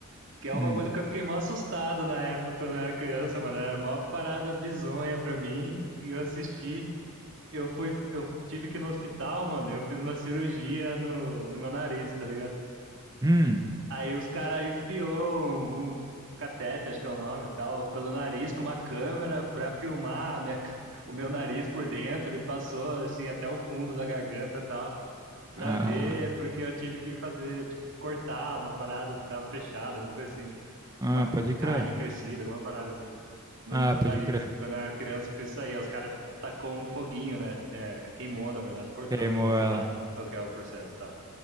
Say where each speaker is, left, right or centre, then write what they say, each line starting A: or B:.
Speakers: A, on the right (about 55°); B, on the right (about 15°).
A: Que é
B: Hum.
A: o bagulho que eu fiquei mó assustado na época quando eu era criança, mano. Era a maior parada bizonha pra mim. E eu assisti. Eu fui. Eu tive que ir no hospital, mano. e Eu fiz uma cirurgia no, no meu nariz, tá ligado?
B: Hum.
A: Aí os caras enfiou um, um catete, acho que é o nome e tal, pelo nariz com uma câmera pra filmar a minha, <laughs> o meu nariz por dentro e passou assim até o fundo da garganta e tal. pra
B: Ah.
A: ver, porque eu tive que fazer, tipo, cortar uma parada que tava fechada, alguma coisa assim.
B: Ah,
A: Uma
B: pode
A: carne
B: crer.
A: crescida, alguma parada assim, no,
B: Ah,
A: no
B: pode
A: nariz.
B: crer.
A: Quando eu era criança, eu fiz isso aí. aí Os caras tacou um foguinho, né? É, queimou, na verdade, cortou,
B: Queimou
A: queimou, sei
B: ela.
A: lá qual que é o processo e tal.